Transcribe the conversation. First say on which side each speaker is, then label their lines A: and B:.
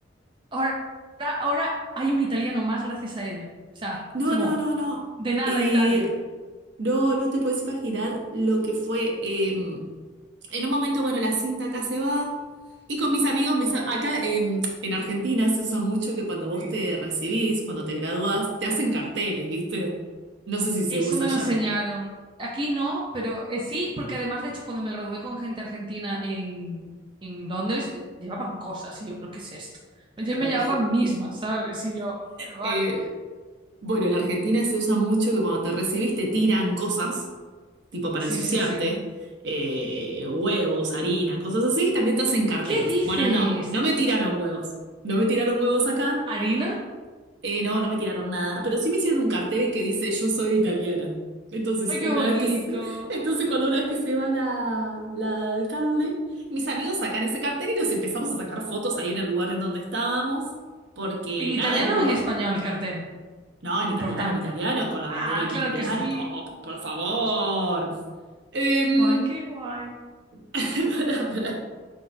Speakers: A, on the right; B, on the right.
A: ahora, ahora hay un italiano más gracias a ella. O sea,
B: No,
A: es como,
B: no, no, no.
A: de nada
B: Eh,
A: Italia.
B: no, no te puedes imaginar lo que fue. eh, en un momento, bueno, la cinta acá se va. Y con mis amigos, mis a- acá en en Argentina se usa mucho que cuando vos
A: Sí.
B: te recibís, cuando te graduás, te hacen carteles, ¿viste? No sé si se
A: Eso
B: usa
A: me lo
B: ya.
A: enseñaron. Aquí no, pero eh, sí, porque además, de hecho, cuando me gradué con gente argentina en, en Londres, eh, llevaban cosas y yo, ¿pero qué es esto? Yo me
B: <laughs> claro.
A: llevaban mismas, ¿sabes? Y yo, bueno, vale.
B: Eh, Bueno, en Argentina se usa mucho que cuando te recibís te tiran cosas, tipo para
A: Sí,
B: ensuciarte,
A: sí, sí.
B: eh, huevos, harina, cosas así, y también te hacen carteles.
A: ¿Qué dices?
B: Bueno, no, no me tiraron huevos. No me tiraron huevos acá.
A: ¿Harina?
B: Eh, no, no me tiraron nada, pero sí me hicieron un cartel que dice yo soy italiana. Entonces,
A: ¡Ay, qué
B: una
A: bonito!
B: vez que se- <laughs> entonces cuando una vez que se va la, la alcalde, mis amigos sacan ese cartel y nos empezamos a sacar fotos ahí en el lugar en donde estábamos, porque
A: ¿En
B: nada,
A: italiano
B: era un lugar.
A: o en español el cartel?
B: No, en
A: Muy
B: italiano,
A: importante.
B: en italiano, con la
A: Ah,
B: bandera en italiano,
A: claro que sí.
B: todo, por favor. Em,
A: Va, qué guay.
B: <laughs> pará, pará.